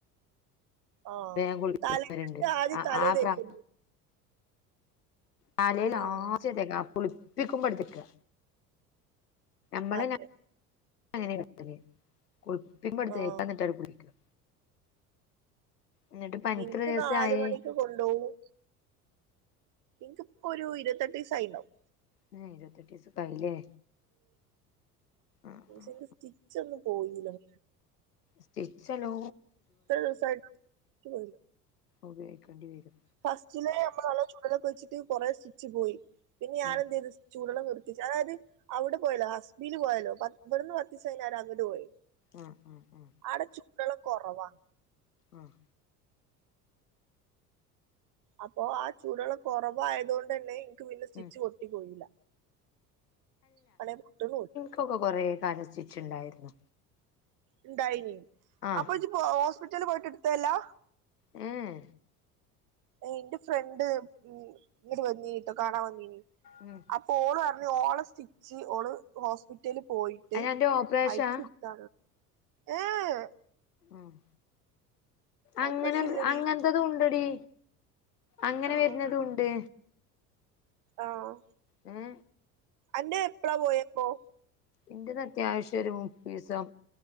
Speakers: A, on the right; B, on the left.
A: ആഹ്
B: വേഗം കുളിപ്പിക്കുന്നവരുണ്ട്
A: തലേ ആദ്യം
B: ആഹ്
A: തലേ
B: ആഹ്
A: തേക്കരുത്
B: താലേല്
A: ആഹ്
B: ആദ്യം തേക്കാവൂ കുളിപ്പിക്കുമ്പോ എടുത്തേക്ക മ്മളെ
A: അതെ
B: <unintelligible> കുളിപ്പിക്കുപടുത്തേക്കാ
A: ആഹ്
B: എന്നിട്ട് <unintelligible> എന്നിട്ട് പനിക്ക്
A: എനിക്ക്
B: എത്ര ദിവസായി
A: നാല് മണിക്ക് കൊണ്ടോവും ഇൻക്ക് ഇപ്പൊ ഒരു ഇരുത്തെട്ട് ദിവസായിണ്ടാവും
B: മ്ഹ് ഇരുപത്തെട്ട് ദിവസൊക്കെ ആയില്ലേ ആഹ്
A: ഉം
B: ആഹ്
A: സ്റ്റിച്ച് ഒന്നും പോയില്ല
B: സ്റ്റിച്ച് എല്ലോ
A: ഇത്ര ദിവസായിട്ടും പോ
B: ഉപയോഗിക്കേണ്ടി വരും
A: ഫസ്റ്റിലെ നമ്മള് നല്ല ചൂടെള്ളൊക്കെ ഒഴിച്ചിട്ട് കൊറെേ സ്റ്റിച്ച് പോയി പിന്നെ ഞാൻ
B: ആഹ്
A: എന്ത് ചെയ്തു ചൂടുള്ളം നിർത്തിച്ച് അതായത് അവിടെ പോയല്ലോ ഹസ്ബിൽ പോയാലോ ഇവിടുന്ന് പത്തി സൈരം അങ്ങട്ട് പോയി
B: ആഹ് ആഹ് ആഹ്
A: ആടെ ചൂടെള്ളം കുറവാ
B: ആഹ്
A: അപ്പൊ ആ ചൂടുള്ളം കുറവായത് കൊണ്ടന്നെ പിന്നെ സ്റ്റിച്ച്
B: ഉം
A: പൊട്ടി പോയില്ല <unintelligible>
B: ഇപ്പൊക്കെ കുറേ കാലം സ്റ്റിച്ച് ഇണ്ടാരുന്നു
A: ഇണ്ടായിനി
B: ആഹ്
A: അപ്പൊ ഇജ്ജ് ഹോസ്പിറ്റല് പോയിട്ട് എടുത്തല്ലാ
B: ഉം
A: എന്റെ ഫ്രണ്ട് ഉം ഇങ്ങോട് വന്നീട്ടോ കാണാൻ വന്നീന്
B: ആഹ്
A: അപ്പ ഓള് പറഞ്ഞ് ഓള് സ്റ്റിച്ച് ഓള് ഹോസ്പിറ്റലിൽ പോയിട്ട്
B: അയിന് അന്റെ ഓപ്പറേഷാ
A: അയച്ച ഏഹ്
B: ആഹ് അങ്ങനെ
A: ഓപ്പറേഷൻ ഇല്ലടി
B: അങ്ങനത്തതും ഉണ്ടടി അങ്ങനെ
A: ആഹ്
B: വരുന്നതും ഉണ്ട്
A: ആഹ്
B: ഉം
A: അന്റെ എപ്പളാ പോയപ്പോ
B: എൻ്റത് അത്യാവശ്യം ഒരു മുപ്പീസം